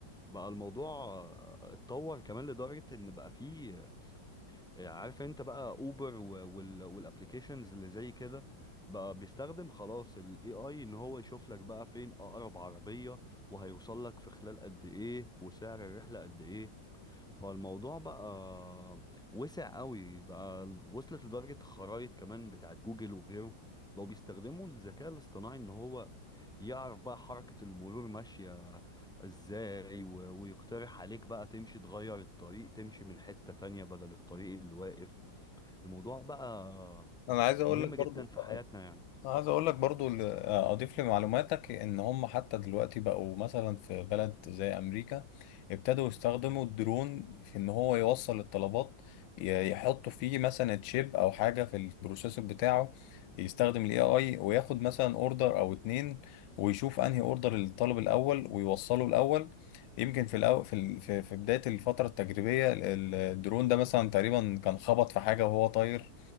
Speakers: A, in the centre; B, on the left (about 85°).
A: بقى الموضوع اه، اتطور كمان لدرجة ان بقى فيه آه، عارف انت بقى اوبر و- وال والابلكيشنز اللي زي كده بقى بيستخدم خلاص الاي اي ان هو يشوف لك بقى فين اقرب عربية وهيوصل لك في خلال قد ايه وسعر الرحلة قد ايه فالموضوع بقى وسع قوي بقى وصلت لدرجة خرائط كمان بتاعت جوجل وغيره بقوا بيستخدموا الذكاء الاصطناعي ان هو يعرف بقى حركة المرور ماشية ازاي و- ويقترح عليك بقى تمشي تغير الطريق تمشي من حتة تانية بدل الطريق اللي واقف الموضوع بقى
B: انا عايز اقول
A: مهم
B: لك برضو
A: جدا في حياتنا يعني
B: عايز اقول لك برضو ل- اضيف لمعلوماتك ان هم حتى دلوقتي بقوا مثلا في بلد زي امريكا ابتدوا يستخدموا الدرون في ان هو يوصل الطلبات ي- يحطوا فيه مثلا تشيب او حاجه في البروسيسور بتاعه يستخدم الاي اي وياخد مثلا اوردر او اتنين ويشوف انهي اوردر للطالب الاول ويوصله الاول يمكن في الأو... في ال... في في بدايه الفتره التجريبيه ال- الدرون ده مثلا تقريبا كان خبط في حاجه وهو طاير